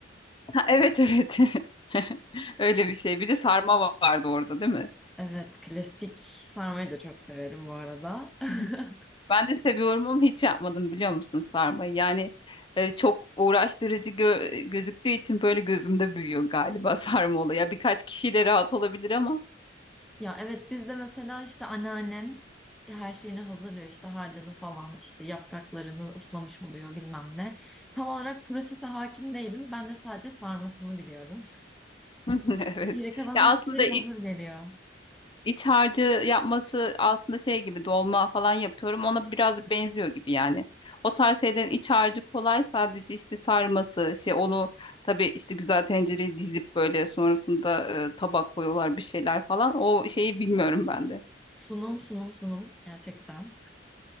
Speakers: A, on the left; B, in the centre.
A: Ha, evet evet. <laughs> Öyle bir şey. Bir de sarma va- vardı orada değil mi?
B: Evet klasik sarmayı da çok severim bu arada. <laughs>
A: <laughs> Ben de seviyorum ama hiç yapmadım biliyor musun sarmayı? Yani e, çok uğraştırıcı gö- gözüktüğü için böyle gözümde büyüyor galiba <laughs> sarma olayı. Ya birkaç kişiyle rahat olabilir ama.
B: Ya evet biz de mesela işte anneannem her şeyini hazırlıyor işte harcını falan işte yapraklarını ıslamış oluyor bilmem ne. Tam olarak prosese hakim değilim ben de sadece sarmasını biliyorum.
A: <laughs>
B: <laughs>
A: Evet.
B: Geri kalan
A: Ya
B: her
A: aslında
B: şey
A: i-
B: hazır geliyor.
A: İç harcı yapması aslında şey gibi dolma falan yapıyorum. Ona biraz benziyor gibi yani. O tarz şeylerin iç harcı kolay sadece işte sarması şey onu tabii işte güzel tencereye dizip böyle sonrasında e, tabak koyuyorlar bir şeyler falan. O şeyi bilmiyorum ben de. <laughs>
B: Sunum sunum sunum gerçekten.